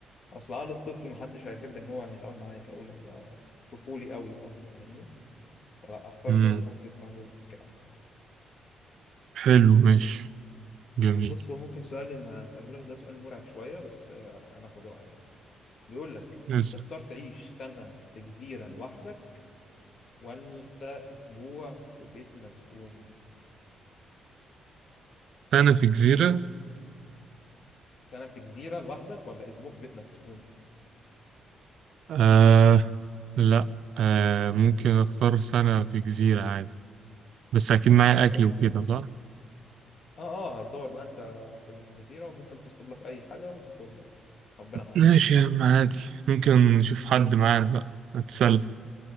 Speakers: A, on the left; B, on the right.
A: اصل عقل الطفل محدش هيحب ان هو يتعامل معاك يقول لك ده طفولي قوي فاهم- فاهمني فلا اختار
B: مم.
A: ان انا اكون في جسم عجوز يمكن احسن يعني
B: حلو ماشي جميل
A: بص هو ممكن سؤال اللي هسأله لك ده سؤال مرعب شوية بس آه، انا اخد رأيك يعني بيقول لك
B: بس
A: تختار تعيش سنة في جزيرة لوحدك ولا أسبوع في بيت مسكون
B: أنا في جزيرة
A: سنة في جزيرة لوحدك ولا أسبوع في بيت مسكون
B: آه لا آه ممكن أختار سنة في جزيرة عادي بس أكيد معايا
A: كويس
B: أكل وكده صح؟
A: اه اه هتدور بقى أنت في الجزيرة وممكن تصطاد لك أي حاجة وتاكلها بقى. ربنا معاك
B: ماشي يا عم عادي ممكن نشوف حد معانا بقى نتسلى